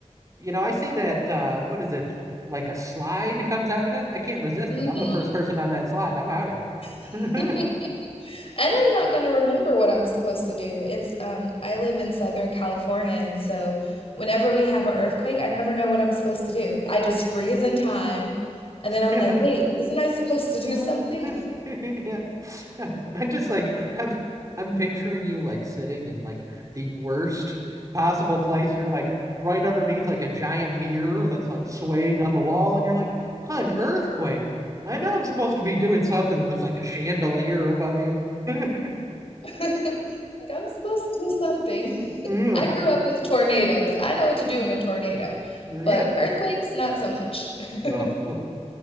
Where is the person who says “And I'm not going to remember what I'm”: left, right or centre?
Left